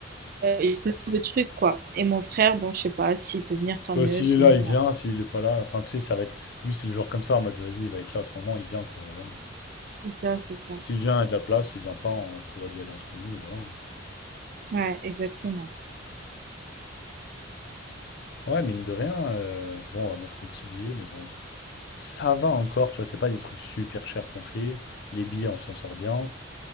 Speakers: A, on the right; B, on the left.
A: euh, il peut le truc, quoi. Et mon frère, bon, je sais pas, s'il peut venir, tant
B: Bah,
A: mieux,
B: s'il
A: sinon...
B: est là, il vient. S'il est pas là, enfin, tu sais, ça va être. Lui, c'est le genre comme ça, en mode, vas-y, il va être là à ce moment, il vient, quoi. Voilà.
A: C'est ça, c'est ça.
B: S'il vient, il y a de la place. S'il vient pas, on prévoit d'y aller entre nous, et voilà.
A: Ouais, exactement.
B: Ouais, mine de rien, euh, bon, on va mettre un petit billet, mais bon. Ça va encore, tu vois, c'est pas des trucs super chers qu'on fait. Les billets, on s'en sort bien.